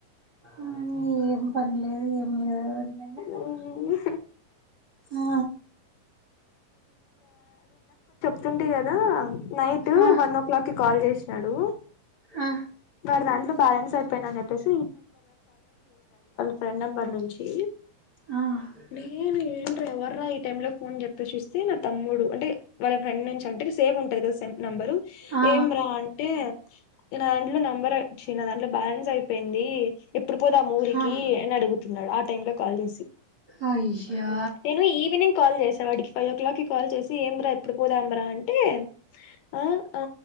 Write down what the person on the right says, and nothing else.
ఆ ఏం పని లేదు ఏం లేదు
ఆ
ఆ
ఆ
ఆ
ఆ
ఆ ఆ
అయ్యా